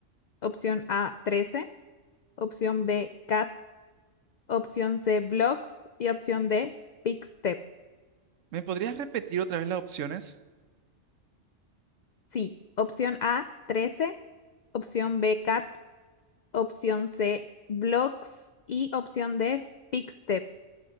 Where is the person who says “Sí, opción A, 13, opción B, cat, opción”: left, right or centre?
Left